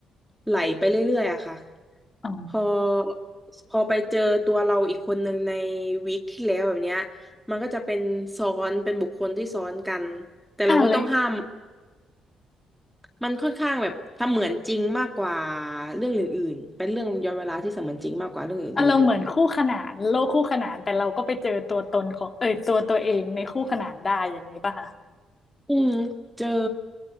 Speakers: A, in the centre; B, on the left (about 30°).
A: ไหลไปเรื่อยๆอะค่ะ
B: อ๋อ
A: พอพอไปเจอตัวเราอีกคนหนึ่งในวีคที่แล้วแบบเนี้ยมันก็จะเป็นซ้อนเป็นบุคคลที่ซ้อนกันแต่เราก็ต้องห้าม
B: อ่านเลย
A: มันค่อนข้างแบบเสมือนจริงมากกว่าเรื่องอื่นๆเป็นเรื่องย้อนเวลาที่เสมือนจริงมากกว่าเรื่องอื่น
B: อารมณ์เหมือนคู่ขนานโลกคู่ขนานแต่เราก็ไปเจอตัวตนของเอยตัวตัวเองในคู่ขนานได้อย่างนี้ป่ะคะ
A: อืมเจอ